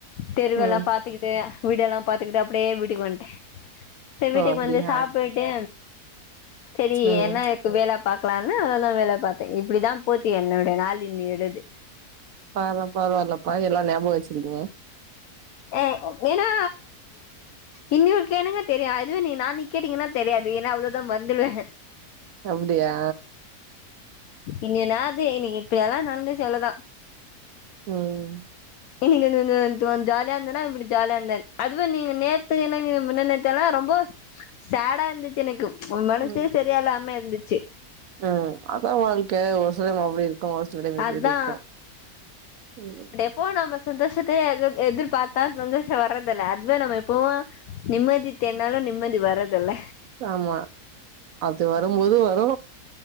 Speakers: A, on the left; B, on the right.
A: தெருவெல்லா
B: ம்
A: பாத்துக்கிட்டு வீடெல்லா பாத்துக்கிட்டு அப்டியே வீட்டுக்கு வந்ட்டே செரி வீட்டுக்கு
B: ஓ அப்டியா
A: வந்து சாப்புட்டு செரி
B: ம்
A: என்ன க்கு வேல பாக்கலானு அதல்லா வேல பாத்த இப்டிதா போச்சி என்னோடைய நாள் இன்னியோடது
B: பராவால பரவாலப்பா எல்லா நியாபகம் வச்சுரிங்க
A: ஏ ஏனா இன்னியோது கேளுங்க தெரியு அதுவே நீ நாளைக்கு கேட்டீங்கன்னா தெரியாது ஏனா அவ்ளோதா மறந்துடுவே
B: அப்டியா
A: இனிக் என்னாது இன்னிக்கு இப்படியெல்லா நடந்து சொல்லதா
B: ம்
A: இன்னிக்கு னு னு ந்து ஜாலியா இருந்தேன்னா இப்டி ஜாலியா இருந்தே அதுவு நீங்க நேத்து என்னக் முந்தா நேத்தெல்லா ரொம்போ சேடா இருந்துச்சு எனக்கு உ மனசே
B: ம்
A: சரியா இல்லாம இருந்துச்சு
B: ம் அதா வாழ்க்க ஒரு சிலமே அப்டி இருக் கு ஒரு சில டைம் இப்டிருக்கு
A: அதா
B: ம்
A: இப்போ நம்ம சந்தோஷத்தே எதிர் எதிர்பார்த்தா சந்தோஷொ வர்றதுல்ல அதுவே நம்ம எப்பவு நிம்மதி தேடுனாலு நிம்மதி வரதுல்ல
B: ஆமா அது வரும்போது வரு